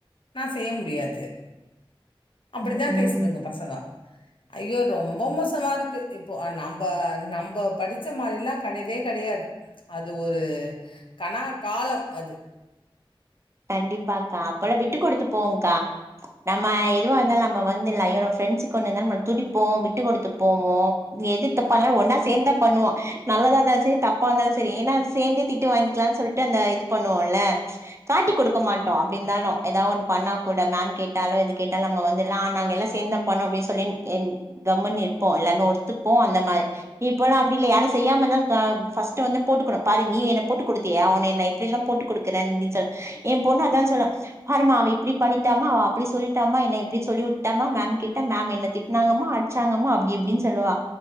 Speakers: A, on the left; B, on the right.
A: நா செய்ய முடியாது அப்பிடித்தா
B: ம் ம்
A: பேசுதுங்க பசங்க ஐயோ ரொம்ப மோசமா இருக்கு இப்போ நம்ப நம்ப படிச்ச மாரிலா கெடையவே கெடையாது அது ஒரு கனா காலம் அது
B: கண்டிப்பாக்கா அப்பல்லா விட்டு குடுத்து போவோங்க்கா நம்ம எதுவா இருந்தாலு நம்ம வந்துலா எ ஃப்ரெண்ட்ஸுக்கு ஒண்ணுனாலு நம்ம துடிப்போ விட்டு குடுத்து போவோ எது தப்பா இருந்தாலு ஒன்னா சேந்துதா பண்ணுவோ நல்லதா இருந்தாலு சரி தப்பா இருந்தாலு சரி ஏனா சேந்தே திட்டு வாங்கிக்லான் சொல்ட்டு அந்த இது பண்ணுவோல்ல காட்டி குடுக்க மாட்டோ அப்டிருந்தாலு எதா ஒன்னு பண்ணா கூட மேம் கேட்டாலு எது கேட்டாலு நம்ம வந்துலா நாங்க எல்லா சேந்துதா பண்ணோ அப்டின் சொல்லி கம்முன் இருப்போ எல்லாமே ஒர்த்துப்போ அந்த மா இப்போலா அப்டியில்ல யாரு செய்யாம இருந்தால க ஃபஸ்ட்டு வந்து போட்டுக்கணு பாரு நீ என்ன போட்டு குடுத்தியா உனை நா எப்டியெல்லா போட்டு குடுக்குறேன் அப்டின் சொ எம் பொண்ணு அதா சொல்லு பாருமா அவ இப்பிடி பண்ணிட்டாமா அவ அப்புடி சொல்லிட்டாமா என்ன இப்பிடி சொல்லி வுட்டாமா மேம் கிட்ட மேம் என்ன திட்னாங்கமா அட்ச்சாங்கமா அப்டி இப்டினு சொல்லுவா